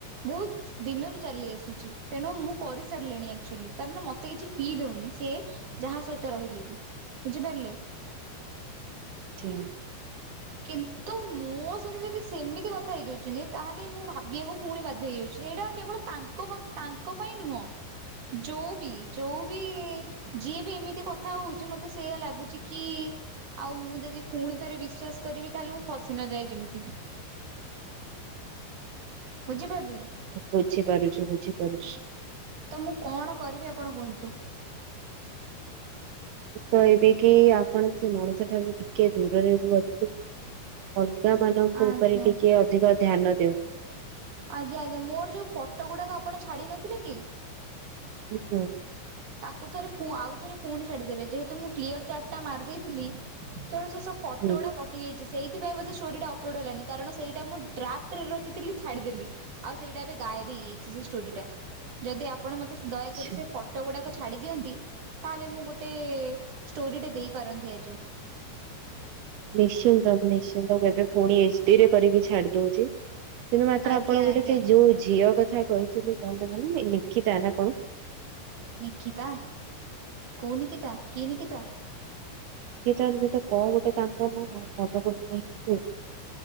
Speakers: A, on the right (about 50°); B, on the right (about 75°).
A: ବହୁତ୍ ଦିନରୁ ଚାଲି ଆସୁଛି। ତେଣୁ ମୁଁ କରି ସାରିଲିଣି, ଆକ୍ଚୁଆଲି କାରଣ ମତେ କିଛି ଫିଲ୍ ହଉନି ସିଏ। ଯାହା ସହିତ ରହିଲେ ବି ବୁଝିପାରିଲେ।
B: ହା।
A: କିନ୍ତୁ ମୋ ସହିଙ୍ଗ ଯଦି ସେମିତି କଥା ହେଇଯାଉଛନ୍ତି ତାହେଲେ ମୁଁ ଭାବିବାକୁ ପୁଣି ବାଧ୍ୟ ହେଇଯାଉଛି ସେଇଟା କେବଳ ତାଙ୍କ ତାଙ୍କ ପାଇଁ ନୁହଁ। ଯୋଉ ବି ଯୋଉ ବି ଯିଏ ବି ଏମିତି କଥା ହଉଛି ମତେ ସେ ଲାଗୁଛି, କି ଆଉ ମୁଁ ଯଦି ପୁଣି ଥରେ ବି ବିସ୍ଵାସ କରିବି ତାହେଲେ ମୁଁ ଫସି ନଯାଏ ଯେମିତି। ବୁଝିପାରିଲେ
B: ବୁଝିପାରୁଛି ବୁଝିପାରୁଛି।
A: ତ ମୁଁ କଣ କରିବି ଆପଣ କୁହନ୍ତୁ?
B: ମୁ କ ଏବେ କି ଆପଣ ସେ ମଣିଷ ଠାରୁ ଟିକେ ଦୂରରେ ରୁହନ୍ତୁ। ଅଲଗା ମାନଙ୍କ
A: ଆଜ୍ଞା
B: ଉପରେ ଟିକେ ଅଧିକ ଧ୍ୟାନ ଦିଅନ୍ତୁ।
A: ଆଜ୍ଞା ଆଜ୍ଞା। ମୋର ଯୋଉ ଫଟୋ ଗୁଡ଼ାକ ଆପଣ ଛାଡି ନଥିଲେ କି?
B: ହୁଁ ହୁ
A: ତାକୁ ଥରେ ଆଉ ଥରେ ପୁଣି ଛାଡିଦେବେ। ଯେହେତୁ ମୁଁ କ୍ଲିୟର ଚାର୍ଟ ଟା ମାରି ଦେଇଥିଲି ତେଣୁ ସେ ସବୁ। ଫଟୋ
B: ହୁଁ
A: ଗୁଡା କଟି। କଟିଯାଇଛି ସେଇଥିପାଇବେଧେ ଷ୍ଟୋରିଟା ଅପଲୋଡ ହେଲାନଣି। କାରଣ ସେଇଟ ମୁ ଡ୍ରାଫଟ ରେ ରଖଥିଲି ଛାଡ଼ିଦେଲି। ଆଉ ସେଇଟା ଏବେ ଗାଏବ ହେଇାଇଛି ସେ ଇସଟେରିଟା। ଯଦି ଆପଣ ମତେ ଦୟାକରି
B: ଆଛା।
A: ସେ। ପଫଟ ଗୁଡାକ ଛାଡି ଦିଅନ୍ତି। ତାହେଲେ ମୁଁ ଗୋଟେ ଷ୍ଟୋରିଟେ ଦେଇ ପାରନ୍ତି ଆଜି।
B: ନିଶ୍ଚିନ୍ତ ମୁଁ ନିଶ୍ଚିନ୍ତ ମୁଁ ଏବେ ପୁଣି ଏଚ ଡିରେ କରିକି ଛାଡି ଦଉଛି। କିନ୍ତୁ ମାତ୍ର
A: ଆଜ୍ଞା
B: ଆପଣ ଗୋଟେ
A: ଆଜ୍ଞା
B: ସେଇ ଯୋଉ ଝିଅ କଥା କହିଥିଲେ କଣ ତା ନାମ ନିକିତା ନା କଣ।
A: ନିକିତା କୋଉ ନିକିତା କିଏ ନିକିତା?
B: କିଏ ତେ ତ କହ ଗୋଟେ ତାଙ୍କ ନା ମନେ ପଡୁ ନାହିଁ ମୁ ସେ।